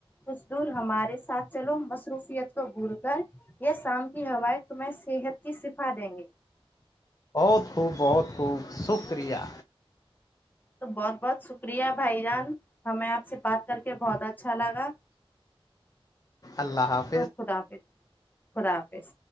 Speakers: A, on the left; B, on the left.
A: کچھ دور ہمارے ساتھ چلو مصروفیت کو بھول کر یہ شام کی ہوایں تمہیں صحت کی شفا دیں گے
B: بہت خوب بہت خوب شکریہ
A: تو بہت بہت شکریہ بھائی جان ہمیں آپ سے بات کر کے بہت اچھا لگا
B: اللہ حافظ
A: تو خدا حافظ خدا حافظ